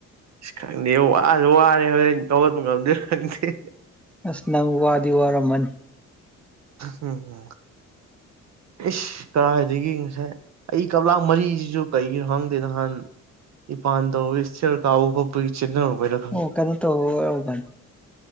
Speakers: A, on the right; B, in the centre.
A: ꯑꯁ ꯈꯪꯗꯦ ꯋꯥꯁꯨ ꯋꯥꯔꯦ ꯍꯣꯔꯦꯟ ꯍꯧꯒꯥꯠꯄ ꯉꯝꯗꯣꯏꯔ ꯈꯪꯗꯦ꯫
B: ꯑꯁ ꯅꯪ ꯋꯥꯗꯤ ꯋꯥꯔꯝꯃꯅꯤ꯫
A: ꯍꯨꯡꯍꯨꯡ ꯏꯁ ꯀꯔꯥꯏꯗꯒꯤ ꯉꯁꯥꯏ ꯑꯩ ꯀꯥꯞꯂꯛ ꯃꯔꯤꯁꯤꯁꯨ ꯀꯩꯒꯤꯅꯣ ꯈꯪꯗꯦ ꯅꯍꯥꯟ ꯏꯄꯥꯟ ꯇꯧꯕꯒꯤ ꯏꯁꯇꯤꯌꯥꯔ ꯀꯥꯕ ꯈꯣꯠꯄꯒꯤ ꯆꯦꯟꯗꯔꯨꯕꯏꯔꯥ?
B: ꯑꯣ ꯀꯩꯅꯣꯇꯧꯕ ꯑꯣꯏꯔꯝꯒꯅꯤ꯫